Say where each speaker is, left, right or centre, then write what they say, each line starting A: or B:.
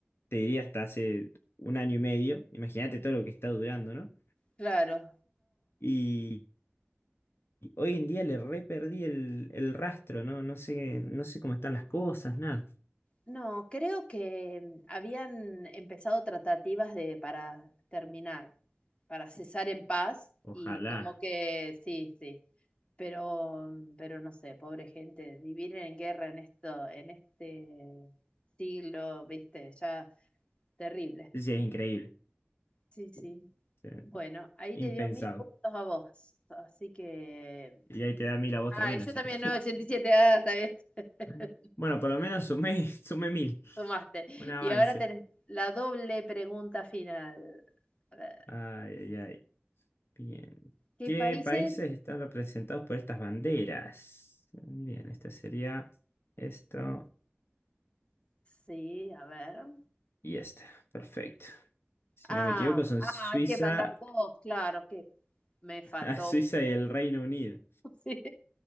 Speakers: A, on the left; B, on the left.
A: te diría hasta hace un año y medio, imagínate todo lo que está durando, ¿no?
B: Claro.
A: Y, y hoy en día le re perdí el, el rastro, ¿no? No sé, no sé cómo están las cosas, nada.
B: No, creo que mm, habían empezado tratativas de para terminar, para cesar en paz
A: Ojalá.
B: y como que sí, sí, pero mm, pero no sé, pobre gente, vivir en guerra en esto, en este siglo, viste, ya terrible.
A: Sí, es increíble,
B: Sí, sí.
A: o sea,
B: Bueno, ahí
A: impensado.
B: te dio mil puntos a vos, así que
A: Y ahí te da mil a vos
B: ah,
A: también,
B: yo
A: así
B: también
A: que...
B: no, 987, ah, está bien. <laughs>
A: <laughs> Bueno, por lo menos sumé, <laughs> sumé mil,
B: Tomaste.
A: un avance.
B: Y ahora tenés la doble pregunta final. A ver,
A: Ay, ay, ay. Bien.
B: ¿qué
A: ¿Qué
B: países?
A: países están representados por estas banderas? Bien, esta sería esto
B: Sí, a ver.
A: y esta. Perfecto. Si
B: Ah,
A: no me equivoco, son
B: ah,
A: Suiza,
B: hay que mandar dos, claro, que me faltó.
A: <laughs> Suiza y
B: <laughs>
A: el Reino Unido.
B: Sí.